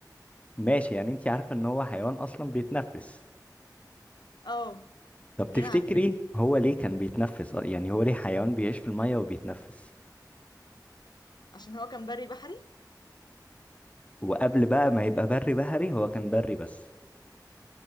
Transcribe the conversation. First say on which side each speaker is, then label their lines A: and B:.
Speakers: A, on the left; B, on the left.
A: ماشي يعني انت عارفه ان هو حيوان اصلا بيتنفس
B: اه
A: طب
B: دي
A: تفتكري
B: انا عارفاها
A: هو ليه كان بيتنفس آه، يعني هو ليه حيوان بيعيش في الميه وبيتنفس
B: عشان هو كان بري بحري
A: وقبل بقى ما يبقى بري بحري هو كان بري بس